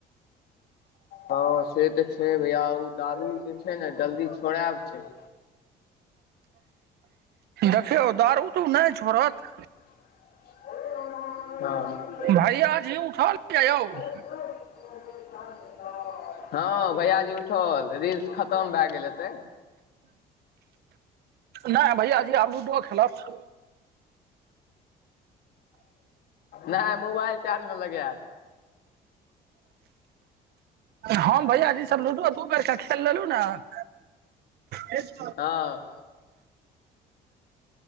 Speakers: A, on the left (about 65°); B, on the right (about 70°).
A: हं से तऽ छैय भैया ओ दारू जे छैय ने जल्दी छोड़ायब छैय।
B: देखियौ दारु उ नहि छोड़त।
A: हं।
B: भैया जी उठल यऽ यौन।
A: हम <unintelligible> हं भैयाजी उठल रील्स खतम भए गेल हेतै।
B: नहि भैय जी आब लूडो खेलत।
A: नहि मोबाइल चार्ज में लगैत।
B: हम भैय जी सभ लूडो दू बेर कऽ खेल लेलहुं न। ह <inaudible>
A: हं